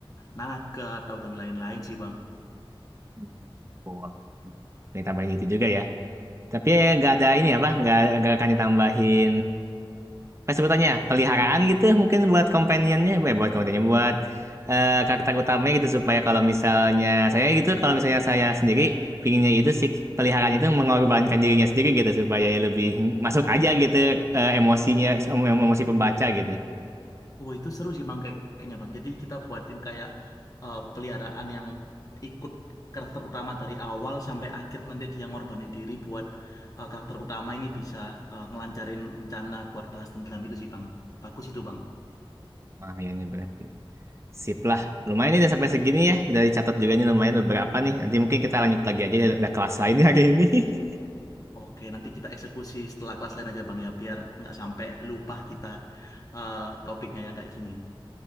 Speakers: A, on the left (about 40°); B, on the right (about 30°).
A: naga atau dan lain-lain sih, Bang.
B: hmm. Boleh. Ditambahin itu juga ya. Tapi nggak ada ini apa? Nggak nggak akan ditambahin apa sebutannya ya? peliharaan gitu mungkin buat companionnya eh, buat companionnya buat eh, karakter utamanya gitu supaya kalau misalnya saya gitu kalau misalnya saya sendiri pinginnya itu si peliharaan itu mengorbankan dirinya sendiri gitu supaya ya lebih masuk aja gitu eh, emosinya em- emosi pembaca gitu
A: Oh, itu seru sih, Bang, kayaknya, Bang. Jadi kita buatin kayak eh, peliharaan yang ikut karakter utama dari awal sampai akhir nanti dia ngorbanin diri buat eh, karakter utama ini bisa eh, ngelancarin rencana buat balas dendam itu sih, Bang. Bagus itu, Bang.
B: lumayan nih berarti sip lah lumayan nih udah sampai segini ya udah dicatat juga nih lumayan beberapa nih nanti mungkin kita lanjut lagi aja ada, ada kelas lain <laughs> nih hari ini <laughs>
A: Oke, nanti kita eksekusi setelah kelas lain aja Bang ya, biar nggak sampai lupa kita eh, topiknya yang kayak gini nih.